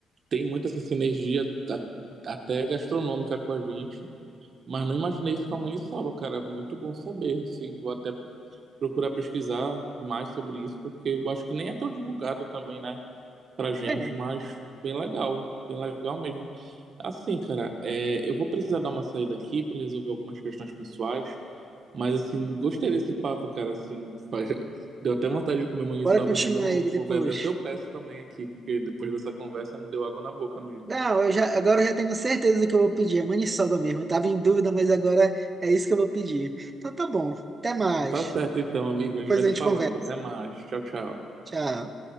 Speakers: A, on the right (about 50°); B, on the right (about 30°).
A: tem muita essa sinergia a- até gastronômica com a gente. Mas não imaginei isso com a maniçoba, cara. É Muito bom saber. Sim, vou até procurar pesquisar mais sobre isso, porque eu acho que nem é tão divulgado também, né, pra gente,
B: É,
A: mas bem legal. Bem legal mesmo. Assim, cara, é, eu vou precisar dar uma saída aqui pra resolver algumas questões pessoais, mas assim, gostei desse papo, cara, assim, <laughs> faz- deu até vontade de comer maniçoba
B: bora continuar
A: de novo.
B: ele depois.
A: Vou ver até se eu peço também aqui, porque depois dessa conversa me deu água na boca mesmo.
B: Não, eu já, agora eu já tenho certeza do que eu vou pedir. É maniçoba mesmo. Eu tava em dúvida, mas agora é isso que eu vou pedir. Então tá bom. Até mais.
A: Tá certo então, amigo, a
B: Depois
A: gente vai
B: a
A: se
B: gente
A: falando.
B: conversa.
A: Até mais. Tchau, tchau.
B: Tchau.